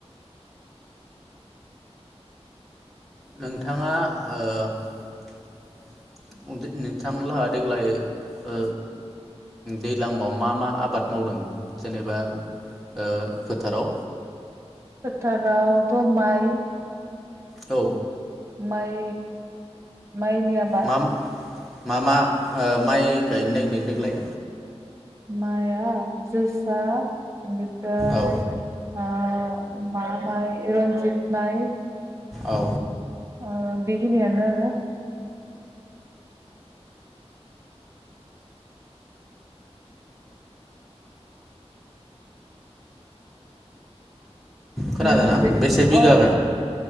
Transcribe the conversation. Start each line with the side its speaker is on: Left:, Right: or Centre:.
Centre: नोंथाङा ओ नोंथांलाहा देग्लाय ओ दैज्लाङाव मा मा आबाद मावदों जेनेबा ओ फोथाराव?
Right: फोथाराव थ माइ
Centre: औ
Right: माइ माइ नि आबाद
Centre: मा मा मा ओ माइ गायनो नागिरदों देग्लाय?
Right: माया जोसा <unintelligible> बेनिफ्राय
Centre: औ
Right: आ <unintelligible> फाय रन्जित माइ
Centre: औ
Right: आ बेखिनि आनो‌ आरो
Centre: खोनादोंना
Right: नोंस्रि
Centre: बेसे बिगा
Right: औ औ